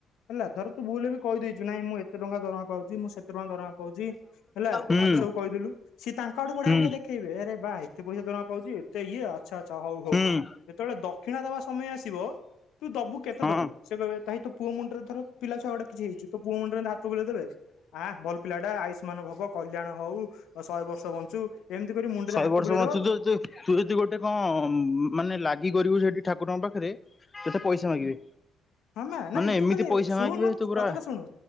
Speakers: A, on the left (about 80°); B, on the left (about 25°).
A: ହେଲା ଧର ତୁ ଭୁଲରେ ବି କହିଦେଇଚୁ, ନାଇଁ ମୁଁ ଏତେ ଟଙ୍କା ଦରମା ପାଉଚି ମୁଁ ସେତେ ଟଙ୍କା ଦରମା ପାଉଚି ହେଲା,
B: ହୁଁ
A: ଏମିତି ସବୁ କହିଦେଲୁ। ସିଏ ତାଙ୍କ ଆଡୁ ବଢ଼ିଆକି
B: ହୁଁ
A: ଦେଖେଇବେ। ଆରେ ବା ଏତେ ପଇସା ଦରମା ପାଉଛି ଏତେ ଇଏ ଆଚ୍ଛା ଆଚ୍ଛା ହଉ ହଉ।
B: ହୁଁ।
A: ଯେତେବେଳେ ଦକ୍ଷିଣା ଦେବା ସମୟ ଆସିବ ତୁ ଦବୁ କେତେ
B: ହଁ
A: ଦବୁ? ସେ କହିବେ ଭାଇ ତୋ ପୁଅ ମୁଣ୍ଡ ରେ ଧର ପିଲ ଛୁଆ ଗୋଟେ କିଛି ହେଇଛି ତୋ ପୁଅମୁଣ୍ଡରେ ହାତ ବୁଲେଇ ଦେବେ ଆଁ ଭଲ ପିଲା ଟା ଆୟୁଷ୍ମାନ ଭବ କଲ୍ୟାଣ ହଉ ଶହେ ବର୍ଷ ବଞ୍ଚୁ ଏମିତି କରି ମୁଣ୍ଡ
B: ଶହେ
A: ରେ ହାତ
B: ବର୍ଷ
A: ବୁଲେଇଦବ
B: ବଞ୍ଚୁଛୁ ତୁ ତୁ ଯଦି ଗୋଟେ କଣ ମାନେ ଲାଗି କରିବୁ ସେଠି ଠାକୁରଙ୍କ ପାଖରେ ତତେ ପଇସା ମାଗିବେ।
A: ହଁ ମା
B: ମାନେ
A: ନାଇଁ ତୁ
B: ଏମିତି
A: ଖାଲି
B: ପଇସା
A: ଶୁଣୁ
B: ମାଗିବେ ତୁ ପୁରା
A: କଥାଟା ଶୁଣୁ